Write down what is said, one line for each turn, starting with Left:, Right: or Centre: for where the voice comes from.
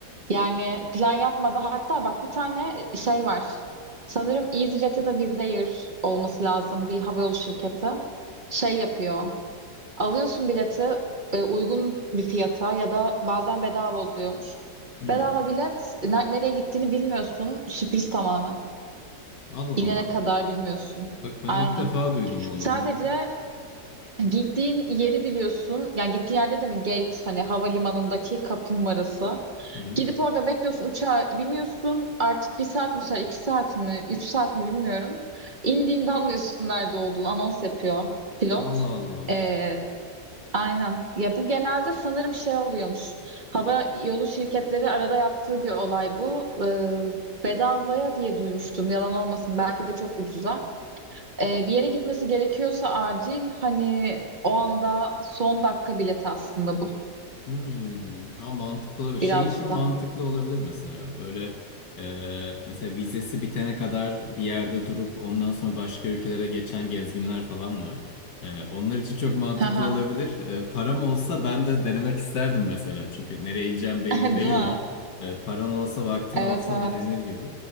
Right: Yani plan yapmadı. Hatta bak bir tane e, şey var. Sanırım EasyJet ya da Wizz Air olması lazım bir havayolu şirketi. Şey yapıyor. Alıyorsun bileti e, uygun bir fiyata ya da bazen bedava oluyormuş.
Left: Hı.
Right: Bedava bilet ne- nereye gittiğini bilmiyorsun. Sürpriz tamamen.
Left: Allah
Right: İnene
Left: Allah.
Right: kadar bilmiyorsun.
Left: Bak ben
Right: Aynen.
Left: ilk defa duydum bunu.
Right: Sadece Gittiğin yeri biliyorsun. Yani gittiğin yer dedim gate hani havalimanındaki kapı numarası.
Left: Hı.
Right: Gidip orada bekliyorsun uçağa biniyorsun. Artık bir saat mi sürer, iki saat mi, üç saat mi bilmiyorum. İndiğinde anlıyorsun nerede olduğunu. Anons yapıyor pilot.
Left: Allah Allah.
Right: Ee, aynen. Ya bu genelde sanırım şey oluyormuş. Hava yolu şirketleri arada yaptığı bir olay bu. Ee, bedavaya diye duymuştum. Yalan olmasın. Belki de çok ucuza. Ee, bir yere gitmesi gerekiyorsa acil hani o anda son dakika bileti aslında bu
Left: Hmm, ama mantıklı olabilir. Şey
Right: birazcık
Left: için mantıklı
Right: da.
Left: olabilir mesela. Böyle e, mesela vizesi bitene kadar bir yerde durup ondan sonra başka ülkelere geçen gezginler falan var. E, onlar için çok mantıklı
Right: Hı hı.
Left: olabilir. E, param olsa ben de denemek isterdim mesela. Çünkü nereye ineceğim belli
Right: <laughs>
Left: değil
Right: Değil mi?
Left: ya. E, paran olsa vaktin
Right: Evet
Left: olsa
Right: evet.
Left: denenir gibi.